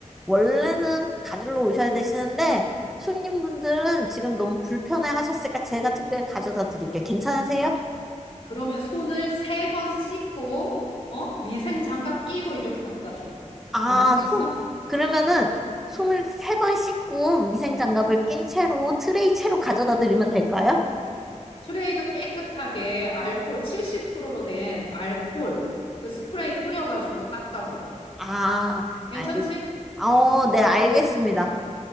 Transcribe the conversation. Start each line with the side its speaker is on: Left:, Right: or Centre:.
Centre: 원래는 가지러 오셔야 되시는데 손님분들은 지금 너무 불편해 하셨으니까 제가 특별히 가져다 드릴게요. 괜찮으세요?
Left: 그러면 손을 세 번 씻고 어? 위생 장갑 끼고 이렇게 갖다 줘.
Centre: 아,
Left: 가능하겠어?
Centre: 손 그러면은 손을 세 번 씻고 위생 장갑을 낀 채로 트레이 채로 가져다 드리면 될까요?
Left: 트레이도 깨끗하게 알코올 70%로 된 알코올 그 스프레이 뿌려가지고 닦아서
Centre: 아,
Left: 괜찮지?
Centre: 알, 어, 네, 알겠습니다.